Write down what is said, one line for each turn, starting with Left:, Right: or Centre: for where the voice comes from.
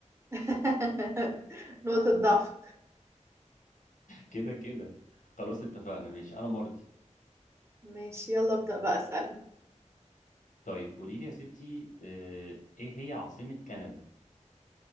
Right: <laughs> نقطة ضعف
Left: كده كده خلاص اتفقنا ماشي انا مرضي
Right: ماشي يلا ابدأ بقى اسأل
Left: طيب قولي لي يا ستي آه، ايه هي عاصمة كندا